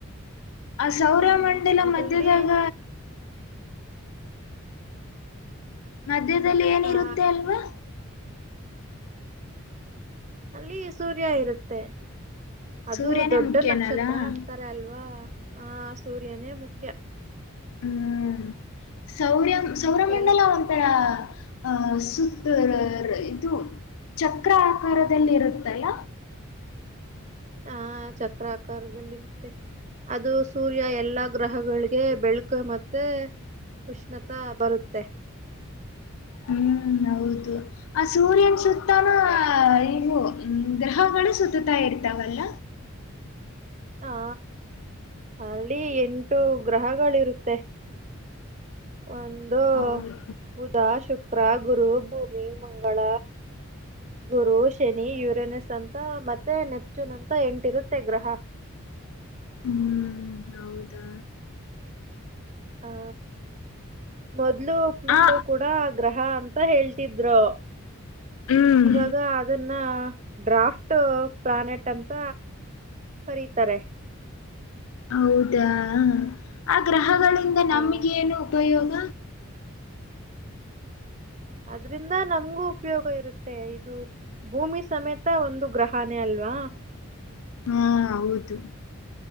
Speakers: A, on the left (about 75°); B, on the right (about 30°).
A: ಆ ಸೌರಮಂಡಲ
B: ಹ್ಮ್ ಅದ್ರಲ್ಲಿ
A: ಮಧ್ಯದಾಗ. ಮಧ್ಯದಲ್ಲಿ ಏನಿರುತ್ತೆ
B: ಆ
A: ಅಲ್ವಾ.
B: ಅಲ್ಲಿ ಸೂರ್ಯ ಇರುತ್ತೆ ಅದು
A: ಸೂರ್ಯನೇ
B: ದೊಡ್ಡ
A: ಮುಖ್ಯನಲ್ಲ
B: ನಕ್ಷತ್ರ ಅಂತ <unintelligible> ಅಲ್ವಾ ಆ ಸೂರ್ಯನೇ ಮುಖ್ಯ.
A: ಹ್ಮ್ ಸೌರ್ಯ ಸೌರಮಂಡಲ
B: ಎಲ್
A: ಅಂತರ. ಆಹ ಸುತ್ತು ಲರ್ ಇದು ಚಕ್ರ ಆಕಾರದಲ್ಲಿ ಇರುತ್ತಲ್ಲ.
B: ಹಾ ಚಕ್ರ ಆಕಾರದಲ್ಲಿರುತ್ತೆ. ಅದು ಸೂರ್ಯ ಎಲ್ಲಾ ಗ್ರಹಗಳಿಗೆ ಬೆಳಕು ಮತ್ತ್ ಮತ್ತೆ ಉಷ್ಣತಾ ಬರುತ್ತೆ.
A: ಹ್ಮ್ ಹೌದು ಆ ಸೂರ್ಯನ್ ಸುತ್ತಾನೂ ಇವು ಗ್ರಹಗಳು ಸುತ್ತುತ್ತಾ ಇರ್ತಾವಲ್ಲ.
B: ಹಾ ಅಲ್ಲಿ ಎಂಟು ಗ್ರಹಗಳಿರುತ್ತೆ. ಒಂದು
A: ಹೌದು
B: ಬುಧ ಶುಕ್ರ ಗುರು ಭೂಮಿ ಮಂಗಳ ಗುರು ಶನಿ ಯುರೇನಸ್ ಅಂತ ಮತ್ತೆ ನೆಪ್ಚೂನ್ ಅಂತ ಎಂಟಿರುತ್ತೆ ಗ್ರಹ.
A: ಹ್ಮ್ ಹೌದಾ
B: ಹಾ ಮೊದ್ಲು ಪ್ಲೂಟೋ
A: ಆ
B: ಕೂಡ ಗ್ರಹ ಅಂತ ಹೇಳ್ತಿದ್ರು
A: ಹ್ಮ್
B: ಇವಾಗ ಅದನ್ನ್ ಡ್ರಾಫ್ಟ್ ಪ್ಲಾನೆಟ್ ಅಂತ ಕರೀತಾರೆ.
A: ಹೌದಾ ಆ ಗ್ರಹಗಳಿಂದ ನಮಗೆ
B: ಆ
A: ಏನು ಉಪಯೋಗ.
B: ಅದ್ರಿಂದ ನಮ್ಗೂ ಉಪಯೋಗ ಇರುತ್ತೆ ಇದು ಭೂಮಿ ಸಮೇತ ಒಂದು ಗ್ರಹನೇ ಅಲ್ವಾ.
A: ಹಾ ಹೌದು